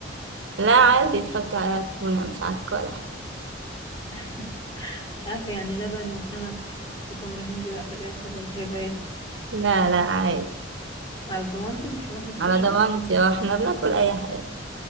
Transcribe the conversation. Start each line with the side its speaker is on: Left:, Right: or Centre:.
Right: لا عادي تحطي عليها التونة مش عكة ولا حاجة
Left: <laughs> مش عارفه يعني لبن وسمك وتمر هندي بقى في الاخر ولا هيبقى ايه
Right: لا لا عادي
Left: على ضمانتك مش هروح مستشفى
Right: على ضمانتي اه احنا بناكل اي حاجة